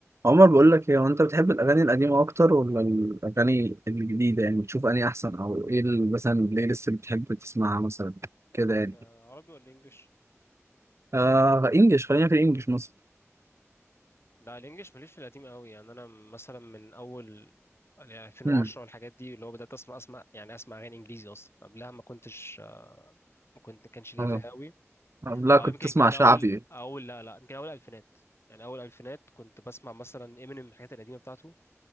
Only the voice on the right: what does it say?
عمر بقول لك ايه هو انت بتحب الاغاني القديمه اكتر ولا الاغاني الجديده يعني بتشوف اني احسن او ايه ال- مثلا البلاي ليست اللي بتحب تسمعها مثلا كده يعني
آه انجلش خلينا في الانجليش مثلا
امم
اه
لا
كنت
تسمع
شعبي